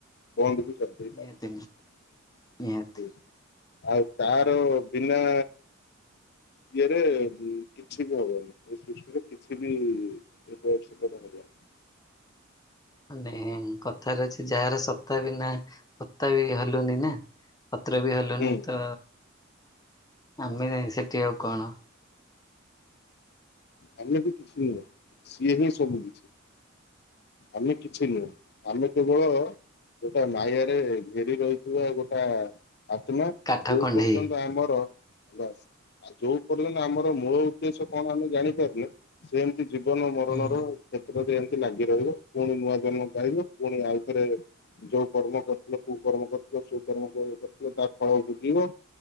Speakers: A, on the left (about 55°); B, on the left (about 20°).
A: ବନ୍ଦ ବି କରିଦେଇପାରିବ
B: ନିହାତି ନିହାତି
A: ଆଉ ତାର ବିନା ଇଏରେ କିଛି ବି ହବନି ଏ ସୃଷ୍ଟିରେ କିଛି ବି ରିପୋଟ <unintelligible>
B: ମାନେ କଥାରେ ଅଛି ଯାହାର ସତା ବିନା ପତା ବି ହଲୁନି ନା ପତ୍ର ବି ହଲୁନି
A: ହୁଁ
B: ତ ଆମେ ସେଠି ଆଉ କଣ
A: ତାମଲେ ତ କିଛି ନୁହେଁ ସିଏ ହିଁ ସବୁ କିଛି। ଆମ କିଛି ନୁହେଁ ଆମେ କେବଳ ଗୋଟା ମାୟରେ ଘେରି ରହିଥିବା ଗୋଟା ଆତ୍ମା
B: କାଠ
A: ଯୋଉ
B: କଣ୍ଢେଇ
A: ପର୍ଯ୍ୟନ୍ତ ଆମର ଆଉ ଯୋଉ ପର୍ଯ୍ୟନ୍ତ ଆମର ମୂଳ ଉଦ୍ଦେଶ୍ୟ କଣ ଆମେ ଜାଣିପାରନେ ସେ ଏମିତି ଜୀବନ ମରଣର
B: ହୁଁ
A: କ୍ଷେତ୍ରରେ ଲାଗି ରହିବ ପୁଣି ନୂଆ ଜନ୍ମ ପାଇବ ପୁଣି ଆଉ ଥରେ ଯୋଉ କର୍ମ କରିୁଥିଲ କୋଉ କର୍ମ କରିୁଥିଲେ ସୋ କର୍ମ କରିଥିଲେ ତା ଫଳ ଭୋଗିବ